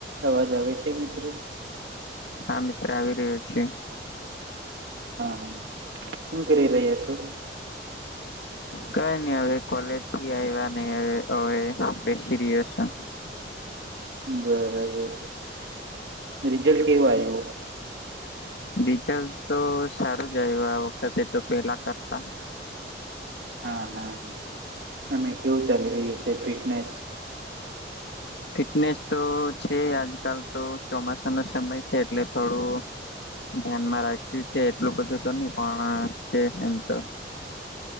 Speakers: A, on the right (about 70°); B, on the left (about 80°).
A: અવાજ આવે છે મિત્ર?
B: હા મિત્ર. આવી રહ્યો છે.
A: હા, શું કરી રહ્યા છો?
B: કઈ નઈ હવે કોલેજથી આયવા ને હવે બેસી રહ્યો છું.
A: બરાબર, રિઝલ્ટ કેવું આવ્યું?
B: રિઝલ્ટ તો સારું જ આવ્યું આ વખતે તો પેલા કરતા
A: હા હા અમે કેવું ચાલી રહ્યું છે ફિટનેસ?
B: ફિટનેસ તો છે આજકાલ તો ચોમાસાનો સમય છે એટલે થોડું ધ્યાનમાં રાખ્યું છે એટલું બધું તો નહી પણ છે એમ તો